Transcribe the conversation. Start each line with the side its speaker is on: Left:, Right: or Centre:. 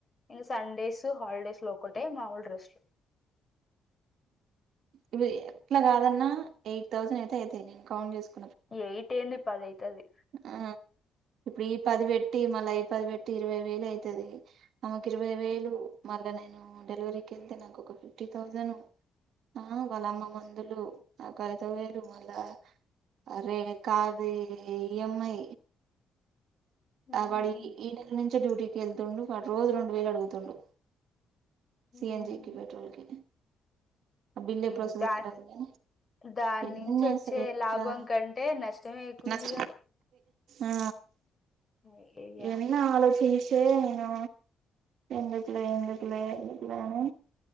Left: ఇం సండేస్ హాలిడేస్ లో ఒకక్కటే మాముూలు రెస్ట్ లు
Right: ఇవి ఎట్లా కాదన్నా ఎయిట్ థౌసండ్ అయితే అవుత నేను కౌంట్ చేసుకు
Left: ఎయిట్ ఏడి పద అయితుది
Right: ఆ ఈ పది పెట్టి మళ్ళీ ఈ పది పెట్టి ఇరవై వేలు అవుతది ఆమకి ఇరవై వేలు మళ్లనే నేను డెలివరీకి వెళ్తే నాకు ఒక ఫిఫ్టీ థౌజండ్ ఆ వాళ్ళ అమ్మ మందులు నా ఐద వేలు మళ్ళా అరే కార్ది ఇఎంఐ
Left: ఉమ్
Right: వాడి ఈ నెల నుంచే డ్యూటీకి వెళ్తుండు వాడు రోజు రెండు వేలు అడుగుతుండు. సిఎన్జికి
Left: ఉమ్
Right: పెట్రోల్కి బిల్ ఎప్పుడొస్తాదో
Left: ఈ దా
Right: తెల్వదుగా
Left: దాని
Right: ఎన్ని
Left: నుంచి వచ్చే
Right: స రట్లా
Left: లాభం కంటే నష్టమే ఎక్కువుందిగా
Right: నష్ట ఆ
Left: అయ్యయ్య
Right: ఏనా ఆలోషజేసి ఏచేనా ఎందుకులే ఎందుకులే ఎందుకులను